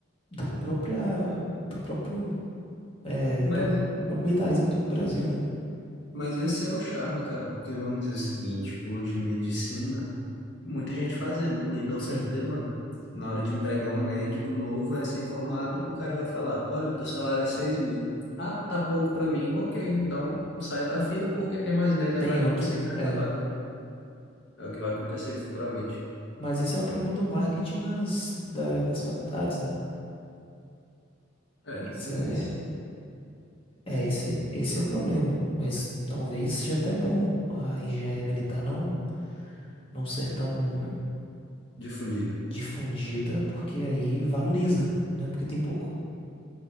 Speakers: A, on the left; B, on the left.
A: da própria, do próprio, é,
B: Mas,
A: do próprio, do próprio militarismo do Brasil, né?
B: mas esse é o charme, cara, porque vamos dizer o seguinte, hoje medicina, muita gente fazendo, lei da
A: Sim,
B: oferta e demanda. Na hora de empregar um médico novo, recém-formado, o cara vai falar, olha, teu salário é 6 mil. Ah, tá pouco pra mim. Ok, então sai da fila porque tem mais 10 atrás
A: tem outro.
B: de você querendo
A: é,
B: a vaga. É o que vai acontecer futuramente.
A: Mas isso é o problema do marketing nas, da- das faculdades, né?
B: É,
A: Isso
B: tem
A: é,
B: isso.
A: é esse, esse é o problema. Mas talvez seja até bom a engenharia militar não, não ser tão
B: Difundido.
A: difundida, porque aí valoriza, né? Porque tem pouco.